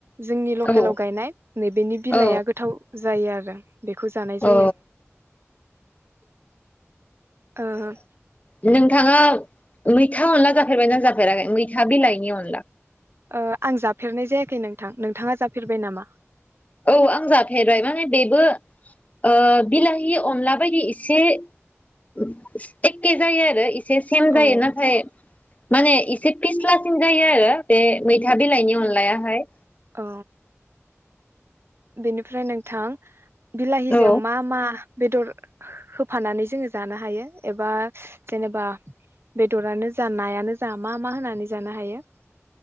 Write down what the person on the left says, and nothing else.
औ
औ
औ
नोंथांआ मैथा अनला जाफेरबायना जाफेराखै मै थाबिलायनि अन
औ आं जाफेरबाय माने बेबो ओ बिलाहि अनला बायदि एसे ओ एखे जायो आरो इस से सेम
जायो नाथाय माने एसे फिस्लासिन जायो आरो बे मैथा बिलाइनि अनलायाहाय
औ